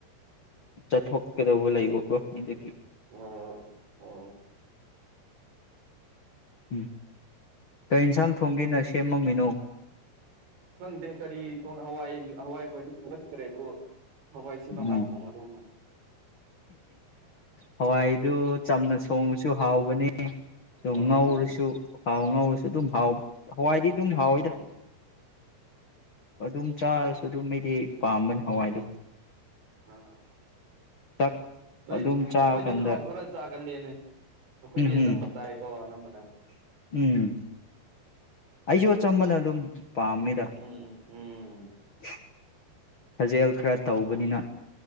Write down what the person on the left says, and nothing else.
ꯆꯠꯊꯣꯛꯀꯗꯧꯕ ꯂꯩꯕꯀꯣ ꯑꯩꯗꯒꯤ
ꯎꯝ ꯀꯩ ꯌꯦꯟꯁꯥꯡ ꯊꯣꯡꯒꯦꯅ ꯁꯦꯝꯃꯝꯃꯤꯅꯣ
ꯎꯝ
ꯍꯋꯥꯏꯗꯨ ꯆꯝꯅ ꯁꯣꯡꯕꯁꯨ ꯍꯥꯎꯕꯅꯦ ꯑꯗꯨꯝ
ꯉꯧꯔꯁꯨ ꯍꯥꯎ ꯉꯧꯔ ꯑꯗꯨꯝ ꯍꯥꯎ ꯍꯋꯥꯏꯗꯤ ꯑꯗꯨꯝ ꯍꯥꯎꯋꯦꯗ
ꯑꯗꯨꯝ ꯆꯥꯔꯁꯨ ꯑꯗꯨꯝ ꯑꯩꯗꯤ ꯄꯥꯝꯕꯅꯤ ꯍꯋꯥꯏꯗꯣ
ꯆꯥꯛ
ꯑꯗꯨꯝ ꯆꯥꯕ
ꯀꯥꯟꯗ
ꯎꯝ
ꯎꯝ
ꯎꯝ ꯑꯩꯁꯨ ꯑꯆꯝꯕꯅ ꯑꯗꯨꯝ ꯄꯥꯝꯃꯤꯗ
<inaudible> ꯁꯥꯖꯦꯜ ꯈꯔ ꯇꯧꯕꯅꯤꯅ